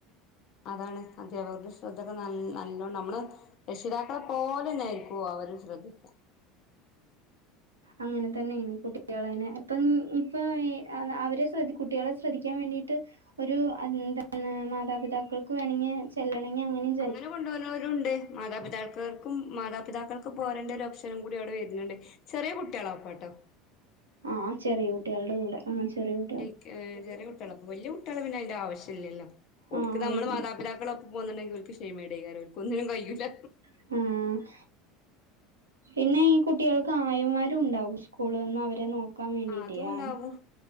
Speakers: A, on the left; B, on the right.
A: അതാണ് അധ്യാപകരുടെ ശ്രദ്ധൊക്കെ നല് നല്ലോണം നമ്മള് രക്ഷിതാക്കളെ പോലെന്നയിരിക്കു അവര് ശ്രദ്ധിക്ക.
B: അങ്ങനതന്നേണ് കുട്ടികളെനെ ഇപ്പം ഇപ്പൊയ് അത അവരെ ശ്രദ്ധ് കുട്ടികളെ ശ്രദ്ധിക്കാൻ വേണ്ടീട്ട് ഒരു അന്താണ് മാതാപിതാക്കൾക്ക് വേണെങ്ങി ചെല്ലണെങ്ങി അങ്ങനിം
A: അങ്ങനെ കൊണ്ടോണോരുണ്ട് മാതാപിതാൾക്കാർ ക്കും മാതാപിതാക്കൾക്ക് പോരേണ്ട ഒരോപ്‌ഷനു കൂടി അവിടെ വര്ന്ണ്ട് ചെറിയ കുട്ട്യാളൊപ്പാട്ടോ.
B: ആഹ് ചെറിയ കുട്ട്യാൾടെ കൂടെ ആഹ് ചെറിയ കു
A: ക്ക് ചെറിയ കുട്ടിയാളപ്പം വല്ല്യ കുട്ട്യാളെ പിന്നയിന്റെ ആവശ്യ ഇല്ലല്ലോ ഓല്ക്ക്
B: ആഹ്
A: നമ്മള്
B: ഇല്ലേ
A: മാതാപിതാക്കളൊ പ്പം പോന്നുണ്ടെങ്കി ഓല്ക്ക് ശെയ്‌മേടെക്കാരം ഓല്ക്ക് ഒന്നിനും കയ്യൂല്ല.
B: ആഹ് പിന്നെ ഈ കുട്ടികൾക്ക് ആയമാരുണ്ടാവും സ്കൂൾന്ന് അവരെ നോ ക്കാൻ വേണ്ടീറ്റെ
A: ആ അതും ഉണ്ടാവും
B: ആയ